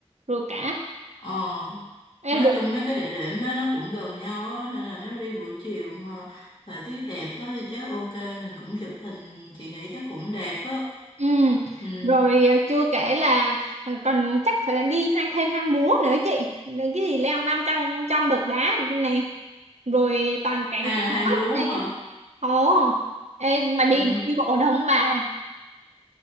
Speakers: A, on the right (about 80°); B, on the left (about 45°).
A: rồi cả
B: Ờ,
A: Ê,
B: nói
A: rồi
B: chung mấy cái địa điểm đó nó cũng gần nhau á, nên là nếu đi buổi chiều mà thời tiết đẹp á thì chắc ok, mình cũng chụp hình, chị nghĩ chắc cũng đẹp á.
A: Ừ.
B: Ừ.
A: Rồi à, chưa kể là à, còn chắc phải đi hang thêm hang múa nữa chị Để cái gì leo năm trăm trăm bậc đá nè rồi toàn cảnh
B: Hàng
A: tam
B: hàng
A: cốc
B: lúa
A: nè
B: hả?
A: ồ ê, mà đi
B: Ừ.
A: đi bộ được không bà